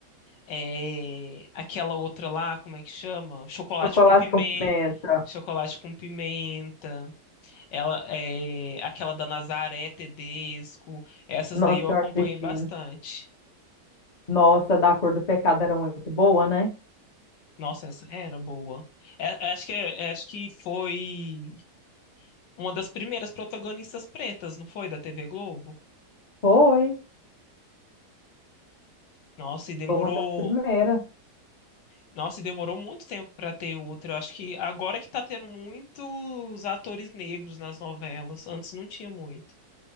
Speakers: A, on the left (about 80°); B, on the left (about 35°).
A: é, aquela outra lá, como é que chama? Chocolate
B: chocolate
A: com pimenta.
B: com pimenta.
A: Chocolate com pimenta, ela é aquela da Nazaré Tedesco, essas
B: Nossa
A: daí eu
B: Senhora
A: acompanhei
B: do Destino.
A: bastante.
B: Nossa, da cor do pecado era muito boa, né?
A: Nossa, essa era boa. É- acho que é- acho que foi uma das primeiras protagonistas pretas, não foi, da TV Globo?
B: Foi,
A: Nossa, e demorou
B: foi uma das primeiras.
A: Nossa, e demorou muito tempo pra ter outra. Eu acho que agora que tá tendo muitos atores negros nas novelas. Antes não tinha muito.